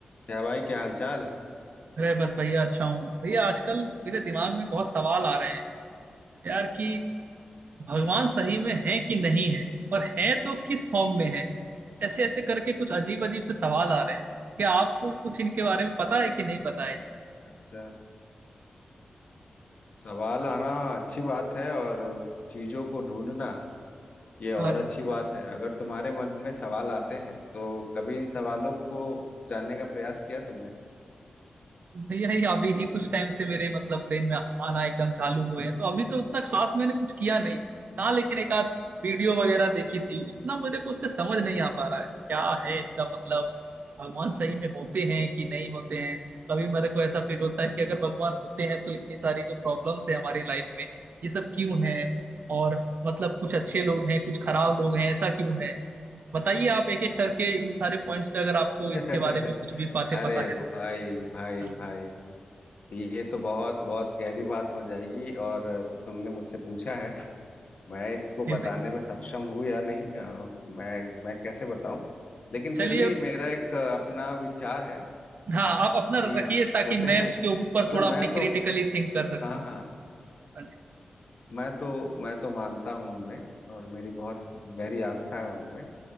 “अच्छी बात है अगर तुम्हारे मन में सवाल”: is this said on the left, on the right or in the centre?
Left